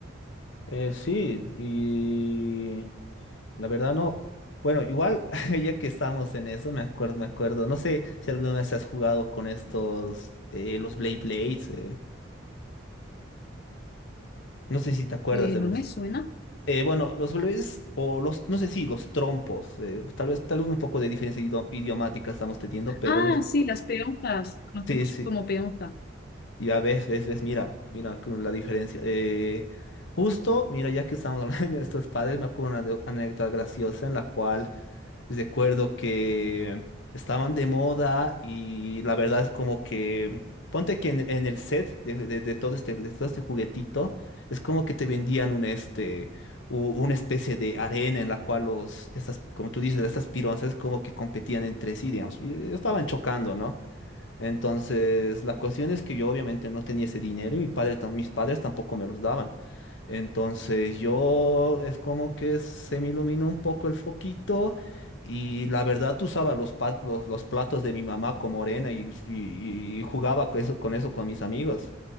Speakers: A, on the left; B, on the left.
A: Eh, sí, y La verdad no. Bueno, igual, <laughs> ya que estamos en eso, me acuerdo, me acuerdo. No sé si alguna vez has jugado con estos, eh, los Blade Blades. eh, No sé si te acuerdas
B: Eh,
A: de
B: no
A: los.
B: me suena.
A: Eh, bueno, los Blades o los, no sé si los trompos. eh, tal vez, tal vez un poco de diferencia idio- idiomática estamos teniendo, pero
B: Ah,
A: no-
B: sí, las peonzas, conocemos
A: sí, sí.
B: como peonza.
A: Ya ves, ves, ves, mira, mira con la diferencia. Eh, justo, mira, ya que estamos <laughs> hablando de estos padres, me acuerdo una de- anécdota graciosa en la cual Recuerdo que estaban de moda y la verdad es como que, ponte que en, en el set de, de- de todo este, de todo este juguetito, es como que te vendían un este, u- una especie de arena en la cual los, estas, como tú dices, estas pironzas como que competían entre sí, digamos, y estaban chocando, ¿no? Entonces, la cuestión es que yo obviamente no tenía ese dinero y mi padre, tam- mis padres tampoco me los daban. Entonces, yo es como que se me iluminó un poco el foquito y la verdad usaba los, pa- los, los platos de mi mamá como arena y, y- y jugaba con eso, con eso con mis amigos